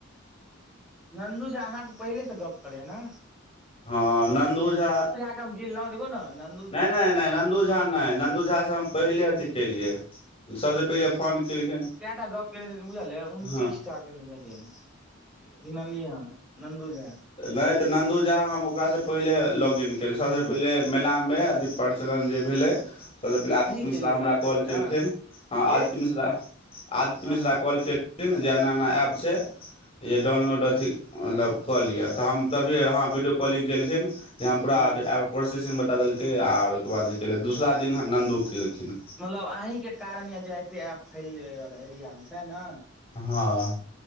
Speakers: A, in the centre; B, on the left (about 30°).
A: नन्दू झा अहाँ स पहिले से गप करै‌ य न
B: हँ नन्दु झा
A: गिल <unintelligible> न
B: नै नै नै नन्दू झा नै नन्दू झाँ हम पहिले अथी केलियै सभसँ पहिले फोन केलखिन
A: कूटा गप्प कने छथिन बुझल यै उनतीसटा
B: हँ
A: कयने छथिन गिनलीयै हन नन्दू झा
B: नै तऽ नन्दू झा हम ओकरासँ पहिले लॉग-इन केलीयै सबसे
A: हूँ
B: पहिले मेलामे अथी प्रचलन जे भेलै सबसँ पहिले आदित्य
A: अहीं
B: मिश्रा
A: केलियै
B: हमरा
A: सबसँ पहिले
B: कॉल
A: ने
B: केलखिन हँ
A: के
B: आदित्य मिश्रा आदित्य
A: हँ
B: मिश्रा
A: हँ
B: कॉल केल <unintelligible> जे एना एना एप छै जे डाउनलोड अथी मतलब कऽ लिअ तऽ हम तभिए
A: ओ
B: अहाँ वीडियो कॉलिंग केलखिन जे हम पूरा
A: हूँ
B: जे आब प्रसेसिंग बता देलकै आर ओहिके बाद भी केलै दोसरा दिन नन्दो केलखिन
A: मतलब अहीं कारण य जे एते एप फैललै एरियामे सेह नऽ
B: हँ